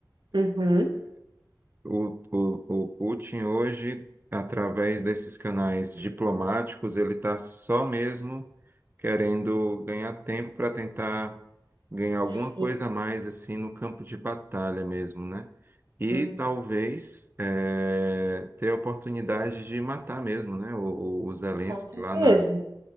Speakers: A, on the right; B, on the right.
A: Uhum.
B: O, o, o Putin hoje, através desses canais diplomáticos, ele está só mesmo querendo ganhar tempo para tentar ganhar alguma
A: Sim.
B: coisa a mais assim no campo de batalha mesmo, né? E
A: Uhum,
B: talvez eh, ter a oportunidade de matar mesmo, né? O, o o Zelensky
A: com certeza.
B: lá na